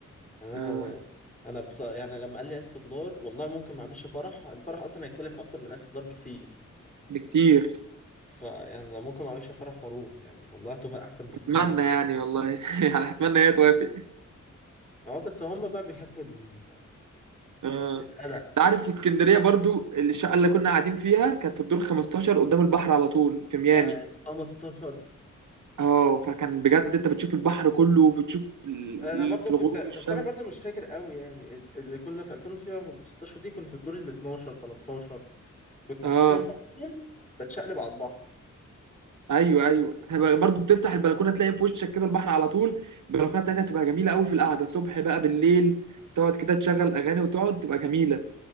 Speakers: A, on the left (about 25°); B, on the right (about 70°).
A: يعني
B: آه
A: انا انا بص... يعني لما قال لي 1000 دولار والله ممكن ما اعملش فرح الفرح اصلا هيكلف اكتر من 1000 دولار بكتير
B: بكتير
A: فيعني لو ممكن ما اعملش فرح واروح يعني والله تبقى احسن بكتير
B: اتمنى يعني والله <laughs> يعني اتمنى هي توافق
A: اه بس هم بقى بيحبوا ال-
B: آه
A: القلق
B: انت عارف في اسكندرية برضو الشقة اللي كنا قاعدين فيها كانت في الدور 15 قدام البحر على طول في ميامي
A: يعني 15
B: اه فكان بجد انت بتشوف البحر كله وبتشوف ال-
A: انا
B: ال-
A: برضو
B: في
A: كنت
B: الغروب والشمس
A: بس انا برضو مش فاكر قوي يعني اللي كنا في 2016 دي كنا في الدور ال 12 13 كنت
B: اه
A: حرفيا <laughs> بقوم بتشقلب على البحر
B: ايوه ايوه احنا بقى- برضو بتفتح البلكونه تلاقي في وشك كده البحر على طول البلكونه بتاعتها تبقى جميله قوي في القعده صبح بقى بالليل تقعد كده تشغل اغاني وتقعد تبقى جميله